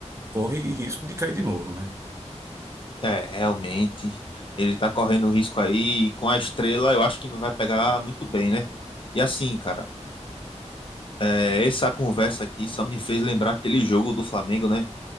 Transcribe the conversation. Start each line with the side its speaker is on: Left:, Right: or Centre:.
Right: corre risco de cair de novo, né?
Left: É, realmente, ele tá correndo risco aí, e com a estrela eu acho que não vai pegar muito bem, né? E assim, cara, é, essa conversa aqui só me fez lembrar aquele jogo do Flamengo, né?